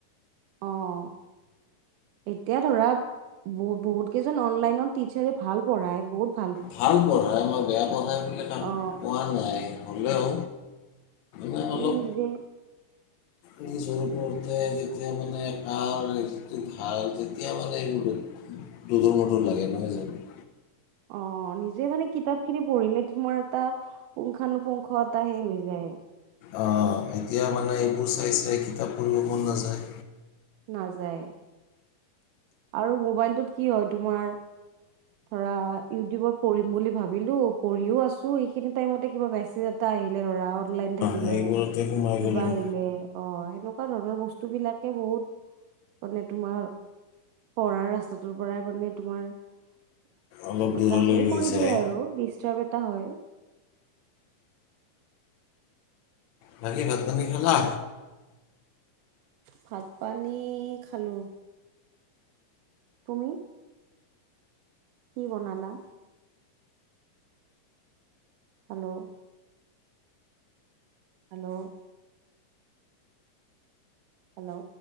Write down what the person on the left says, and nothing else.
ভাল পঢ়াই মই বেয়া তাত
পোৱা নাই হ'লেও মানে
অলপ
নিজৰ ওপৰতে তেতিয়া মানে ভাল যিটো ভাল তেতিয়া মানে এইবোৰ দুধুৰ মুধুৰ লাগে নহয় জানো।
আ এতিয়া মানে এইবোৰ চাই চাই কিতাপ পঢ়িব মন নাযায়।
সেইবোৰতে
সোমাই গ'লোঁ
অলপ
দূৰলৈ লৈ
যায়
বাকি ভাত পানী খালা?